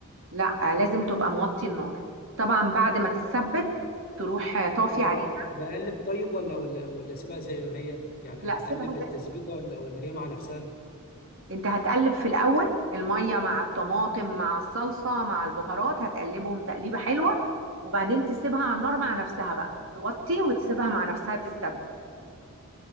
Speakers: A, on the right; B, on the left.
A: لا لازم تبقى موطي النار طبعا بعد ما تتسبك تروح آه، طافي
B: هو
A: عليها
B: أه، بقلب طيب ولا ولا ولا اسيبها زي ما هي يعني
A: لا
B: اقلب
A: سيبها زي
B: التسبيكه ولا ولا هي مع نفسها
A: انت هتقلب في الاول الميه مع الطماطم مع الصلصه مع البهارات هتقلبهم تقليبه حلوه وبعدين تسيبها على النار مع نفسها بقى توطي وتسيبها مع نفسها تتسبك